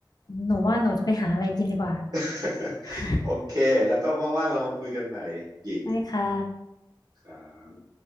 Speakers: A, on the left (about 50°); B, on the right (about 50°).
A: หนูว่าหนูจะไปหาอะไรกินดีกว่า
B: <laughs>
A: <laughs>
B: โอเคแล้วก็ว่างๆเรามาคุยกันใหม่หญิง
A: ได้ค่ะ
B: ครับ